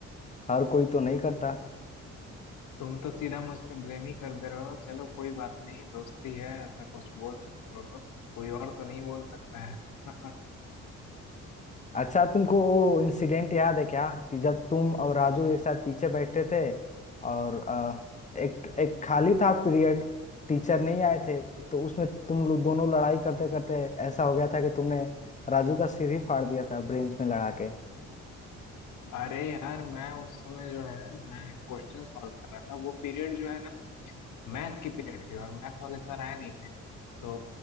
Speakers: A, on the left (about 25°); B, on the left (about 80°).
A: हर कोई तो नहीं करता
B: तुम तो सीधा मुझ पे ब्लेम ही कर दे रहे हो चलो कोई बात नहीं दोस्ती है ऐसा कुछ बोल सकते हो तो कोई और तो नहीं बोल सकता है <laughs>
A: अच्छा तुमको वो इंसिडेंट याद है क्या कि जब तुम और राजू एक साथ पीछे बैठे थे और अ, एक एक खाली था पीरियड टीचर नहीं आए थे तो उसमें तुम लोग दोनों लड़ाई करते करते ऐसा हो गया था कि तुमने राजू का सिर ही फाड़ दिया था ब्रेंच में लड़ा के
B: अरे यार मैं उस समय जो है मैं क्वेश्चन सॉल्व कर रहा था वो पीरियड जो है ना मैथ की पीरियड थी और मैथ वाले सर आए नहीं थे तो